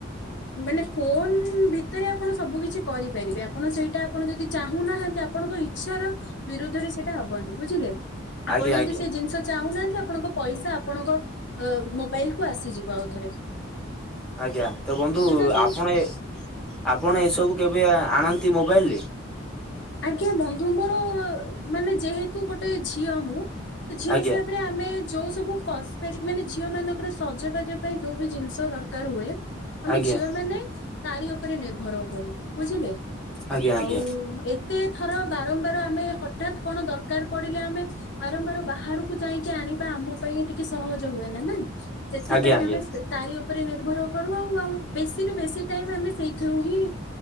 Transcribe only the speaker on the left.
ମାନେ ଫୋନ ଭିତରେ ଆପଣ ସବୁ କିଛି କରିପାରିବେ ଆପଣ ସେଇଟା ଆପଣ ଯଦି ଚାହୁଁ ନାହାନ୍ତି ଆପଣଙ୍କ ଇଚ୍ଛାର ବିରୁଧରେ ସେଇଟା ହବନି ବୁଝିଲେ। ଆପଣ
ଯଦି
ସେ ଜିନିଷ ଚାହୁଁନାହାନ୍ତି ଆପଣଙ୍କ ପଇସା ଆପଣଙ୍କ ମୋବାଇଲ କୁ ଆସିଯିବ ଆଉଥରେ।
କିନ୍ତୁ ଯଦି
ଆଜ୍ଞା ବନ୍ଧୁ ମୋର ମାନେ ଯେହେତୁ ଗୋଟେ ଝିଅ ମୁଁ ତ ଝିଅ
ହିସାବରେ ଆମେ ଯୋଉ ସବୁ କସ୍ମେଟିକ ମାନେ ଝିଅ ମାନଙ୍କର ସଜବାଜ ପାଇଁ ଯୋଉ ବି ଜିନିଷ ଦରକାର ହୁଏ ଆମେ
ଝିଅ ମାନେ ତାରି ଉପରେ ନିର୍ଭର କରୁ ବୁଝିଲେ
ଆଉ
ଏ ଥର ବାରମ୍ବାର ଆମେ ହଠାତ୍ କଣ ଦରକାର ପଡିଲେ ଆମେ ବାରମ୍ବାର ବାହାରକୁ ଯାଇକି ଆଣିବା ଆମ ପାଇଁ ଟିକେ ସହଜ ହୁଏ ନାଇଁ ନା। ସେଥିପାଇଁ
ଆମେ ତାରି ଉପରେ ନିର୍ଭର କରୁ ଆଉ ଆଉ ବେଶୀରୁୁ ବେଶୀ ଟାଇମ ଆମେ ସେଇଥିରୁ ହିଁ